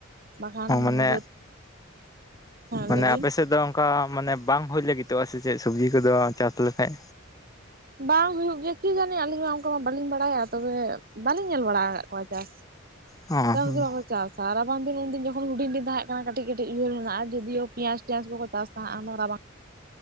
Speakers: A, on the right (about 45°); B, on the left (about 20°).
A: ᱵᱟᱠᱷᱟᱱ
B: ᱢᱟᱱᱮ
A: ᱵᱟᱹᱫᱽ ᱦᱮᱸ
B: ᱢᱟᱱᱮ
A: ᱞᱟᱹᱭᱵᱤᱱ᱾
B: ᱟᱯᱮ ᱥᱮᱫ ᱫᱚ ᱚᱱᱠᱟ ᱢᱟᱱᱮ ᱵᱟᱝ ᱦᱩᱭ ᱞᱟᱹᱜᱤᱫᱚᱜᱼᱟ ᱥᱮ ᱪᱮᱜ ᱥᱚᱵᱽᱡᱤ ᱠᱚᱫᱚ ᱪᱟᱥ ᱞᱮᱠᱷᱟᱡᱼᱼ
A: ᱵᱟᱝ ᱦᱩᱭᱩᱜ ᱜᱮᱭᱟ ᱠᱤ ᱡᱟᱹᱱᱤ ᱟᱹᱞᱤᱧ ᱢᱟ ᱚᱱᱠᱟ ᱢᱟ ᱵᱟᱹᱞᱤᱧ ᱵᱟᱲᱟᱭᱟ, ᱛᱚᱵᱮ ᱵᱟᱹᱞᱤᱧ ᱧᱮᱞ ᱵᱟᱲᱟ ᱟᱠᱟᱫ ᱠᱚᱣᱟ ᱪᱟᱥ᱾
B: ᱦᱚᱸ
A: ᱪᱟᱥ ᱜᱮᱭᱟ ᱠᱚ᱾ ᱪᱟᱥᱟ ᱨᱟᱵᱟᱝ ᱫᱤᱱ ᱩᱱᱫᱤᱱ ᱡᱚᱠᱷᱚᱱ ᱦᱩᱰᱤᱧ ᱫᱤᱱ ᱛᱟᱦᱮᱸ ᱠᱟᱱᱟ ᱠᱟᱹᱴᱤᱡ ᱠᱟᱹᱴᱤᱡ ᱩᱭᱦᱟᱹᱨ ᱢᱮᱱᱟᱜᱼᱟ, ᱡᱚᱫᱤ ᱦᱚᱸ ᱯᱮᱸᱭᱟᱡᱽ ᱛᱮᱸᱭᱟᱡᱽ ᱠᱚᱠᱚ ᱪᱟᱥᱟ ᱛᱟᱦᱮᱸᱜᱼᱟ ᱚᱱᱟ ᱨᱟᱵᱟᱝᱼᱼ